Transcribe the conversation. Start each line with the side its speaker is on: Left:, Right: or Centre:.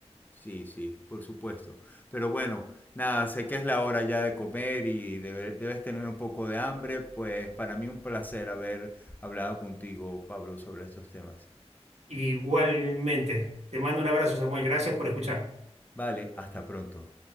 Left: Sí, sí, por supuesto. Pero bueno, nada, sé que es la hora ya de comer y debe- debes tener un poco de hambre, pues para mí un placer haber hablado contigo, Pablo, sobre estos temas.
Right: Igualmente, te mando un abrazo, Samuel. Gracias por escuchar.
Left: Vale, hasta pronto.